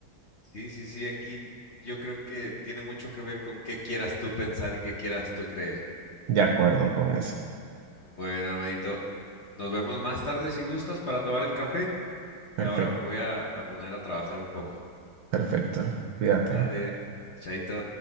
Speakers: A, on the left; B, on the right.
A: Sí, sí, sí, aquí yo creo que tiene mucho que ver con qué quieras tú pensar y qué quieras tú creer.
B: De acuerdo con eso.
A: Bueno, hermanito, nos vemos más tarde si gustas para tomar el café
B: Perfecto,
A: y ahora me voy a, a poner a trabajar un poco.
B: perfecto. Cuídate.
A: Dale, chaito.